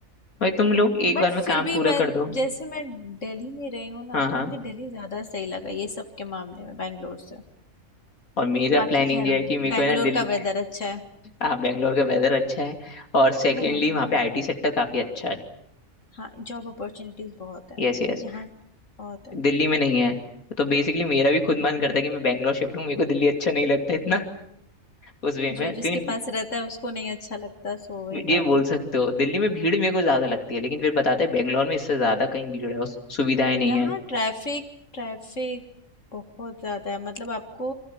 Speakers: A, on the left (about 80°); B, on the left (about 60°).
A: भाई तुम लोग एक
B: बट
A: बार में
B: फिर
A: काम
B: भी
A: पूरा
B: मैं
A: कर दो
B: जैसे मैं दिल्ली में रही हूँ ना
A: हाँ हाँ
B: तो मुझे दिल्ली ज़्यादा सही लगा ये सब के मामले में बैंगलोर से
A: और मेरा
B: बाकी
A: प्लानिंग
B: खैर
A: ये है कि मेरे को
B: बैंगलोर
A: है ना दिल
B: का वेदर अच्छा है
A: हाँ बेंगलोर का वेदर अच्छा है और सेकेंडली
B: हाँ
A: वहाँ पे आईटी सेक्टर काफी अच्छा है
B: हाँ जॉब अपॉर्चुनिटीज़ बहुत है
A: Yes yes
B: यहाँ बहुत है हम्म,
A: दिल्ली में नहीं है तो बेसिकली मेरा भी खुद
B: हम्म।
A: मन करता है कि मैं बेंगलोर शिफ्ट हूँ मेरे को दिल्ली अच्छा नहीं लगता इतना <laughs> उस वे
B: जो
A: में क्योंकि
B: जिसके
A: दि-
B: पास रहता है उसको नहीं अच्छा लगता सो वही बात
A: ये बोल
B: है
A: सकते हो दिल्ली में भीड़ मेरे को ज्यादा लगती है लेकिन फिर बताते हैं बेंगलोर में इससे ज्यादा कहीं भीड़ है और सुविधाएं नहीं
B: यहाँ
A: है
B: ट्रैफिक ट्रैफिक बहुत ज़्यादा है मतलब आपको